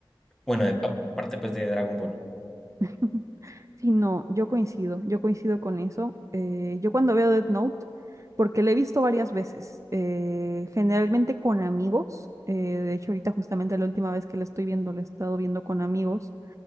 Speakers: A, in the centre; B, on the right.
A: Bueno, de- a- aparte pues de Dragon Ball.
B: <laughs> Sí, no, yo coincido, yo coincido con eso. Eh, yo cuando veo Death Note, porque lo he visto varias veces, eh, generalmente con amigos, eh, de hecho ahorita justamente la última vez que la estoy viendo, la he estado viendo con amigos